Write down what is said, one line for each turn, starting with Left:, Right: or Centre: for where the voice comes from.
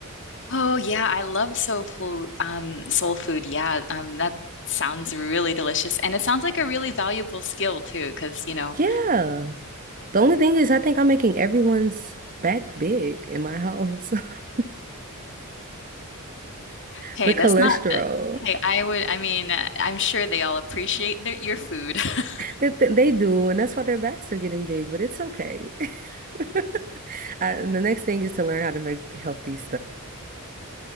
Left: Oh yeah, I love soul food. Um, soul food. Yeah, um, that sounds really delicious, and it sounds like a really valuable skill too. Because you know,
Right: Yeah. The only thing is, I think I'm making everyone's back big in my house. <laughs>
Left: hey,
Right: The cholesterol.
Left: that's not Hey, I would, I mean, uh, I'm sure they all appreciate their, your food <laughs>
Right: They, they they do, and that's why their backs are getting big, but it's okay. <laughs> I, the next thing is to learn how to make healthy